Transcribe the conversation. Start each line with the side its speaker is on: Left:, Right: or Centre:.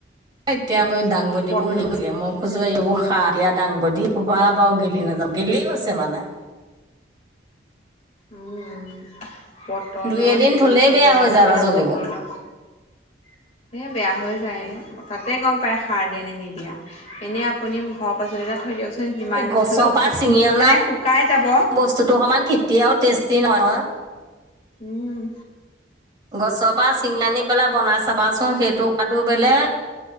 Right: এতিয়া মই দাংবদীবোৰ
Left: পট
Right: হেৰি কৰি মই কৈছো এইবোৰ সাৰ দিয়া দাংবদী। কোবা পৰাও গেলি নাযাওঁ গেলি গৈছে মানে।
Left: উম পটলৰ
Right: দুই এদিন
Left: হেৰি
Right: থলেই
Left: কি
Right: বেয়া
Left: বুলি
Right: হৈ
Left: কয়
Right: যায়
Left: আপোনাৰ
Right: পাচলিবোৰ।
Left: পটলৰ উ'। এই বেয়া হৈ যায় তাতে গম পায় সাৰ দিয়া নে নিদিয়া এনেই আপুনি ঘৰ পাচলি এটা থৈ দিয়কচোন। যিমান
Right: এই
Left: দিন
Right: গছৰপা
Left: থলেও
Right: চিঙি
Left: টোপটো
Right: অনা
Left: মানে শুকাই যাব।
Right: বস্তুতটো সমান কেতিয়াও টেষ্টি নহয়।
Left: উম'।
Right: গছৰ পৰা চিঙ আনি পেলাই বনাই চাবাচোন সেইটো ত খাদু বেলেগ